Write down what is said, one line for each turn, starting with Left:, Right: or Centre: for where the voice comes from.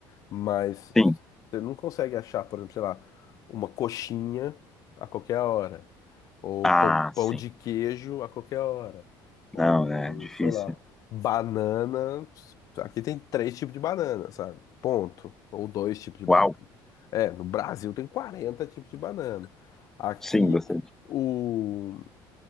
Left: Mas
Centre: sim.
Left: você não consegue achar, por exemplo, sei lá, uma coxinha a qualquer hora, ou
Centre: Ah,
Left: pão, pão
Centre: sim.
Left: de queijo a qualquer hora, ou
Centre: Não, né? É Difícil.
Left: sei lá, banana. Aqui tem três tipos de banana, sabe? Ponto. Ou dois tipos de banana.
Centre: Uau.
Left: É, no Brasil tem 40 tipos de banana. Aqui
Centre: Sim, bastante.
Left: o,